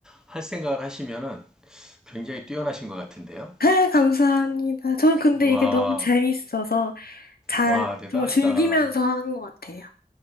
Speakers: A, in the centre; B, on the left (about 80°).
A: 할 생각을 하시면은 굉장히 뛰어나신 것 같은데요?
B: 아, 감사합니다. 저는 근데 이게
A: 와,
B: 너무 재밌어서 잘
A: 와, 대단하시다.
B: 정말 즐기면서 하는 것 같아요.